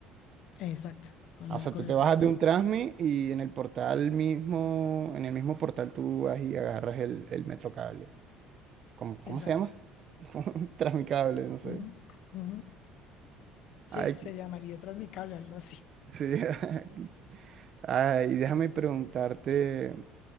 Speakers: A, on the left; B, on the right.
A: Exacto, con
B: Ah,
A: la,
B: O sea,
A: con
B: tú te
A: el
B: bajas
A: portal.
B: de un Transmi y en el portal mismo, en el mismo portal tú vas y agarras el, el Metrocable. ¿Cómo, cómo
A: Exacto.
B: se llama? <laughs> Tras mi cable, no sé.
A: Ujú, ujú. Sí,
B: Ay, qué-
A: se llamaría Transmicable, algo así.
B: sí. <laughs> Ay, déjame preguntarte,